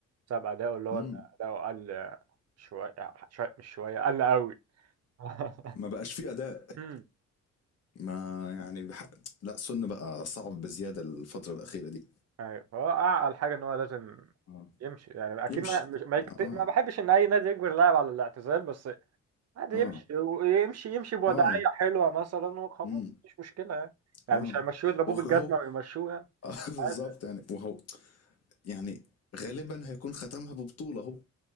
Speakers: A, on the right (about 55°); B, on the left (about 55°).
A: بسبب اداؤه اللي هو
B: امم
A: إن اداؤه قل شوية شوية مش شوية قل قوي <laughs>
B: ما بقاش فيه اداء
A: امم
B: ما يعني بح... لا سن بقى صعب بزيادة الفترة الأخيرة دي
A: ايوه هو اعقل حاجة ان هو لازم
B: اه
A: يمشي يعني اكيد
B: يمشي
A: ما مش ما, يكت...
B: اه
A: ما بحبش ان اي نادي يجبر لاعب على الاعتزال بس عادي
B: اه
A: يمشي ويمشي يمشي بوضعية
B: اه
A: حلوة مثلا وخلاص
B: امم
A: مش مشكلة يعني يعني
B: اه
A: مش هيمشوه يضربوه
B: وهو
A: بالجزمة ويمشوه يعني
B: آه، <laughs> بالظبط
A: عادي
B: يعني وهو يعني غالبا هيكون ختمها ببطولة اهو